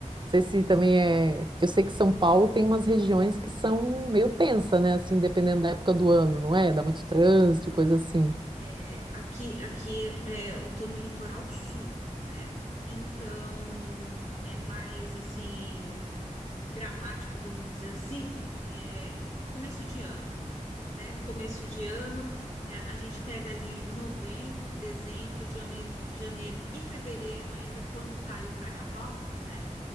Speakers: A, on the right (about 35°); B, on the left (about 80°).
A: sei se também é, porque eu sei que São Paulo tem umas regiões que são meio tensa, né? Assim, dependendo da época do ano, não é? Dá muito trânsito, coisa assim.
B: É, aqui, aqui é, eu tô no litoral sul, né? Então é mais assim dramático, vamos dizer assim, é, começo de ano. né? Começo de ano, eh, a gente pega ali novembro, dezembro, jame- janeiro e fevereiro ainda, quando cai o carnaval, né?